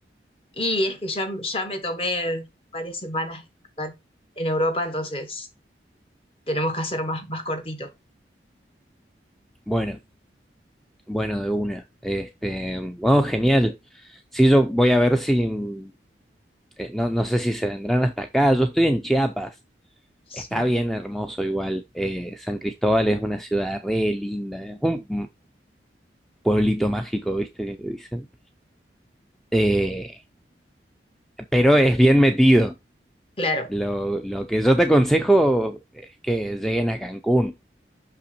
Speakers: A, on the left; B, in the centre.
A: Y es que ya, ya me tomé varias semanas acá en Europa, entonces tenemos que hacer más, más cortito.
B: Bueno, bueno, de una. Este, bueno, genial. Sí, yo voy a ver si, mm, eh, no, no sé si se vendrán hasta acá. Yo estoy en Chiapas.
A: Sí,
B: Está bien hermoso igual. Eh, San Cristóbal es una ciudad re linda. Es un, pueblito mágico, ¿viste que le dicen? Eh, pero es bien metido.
A: claro.
B: Lo, lo que yo te aconsejo es que lleguen a Cancún,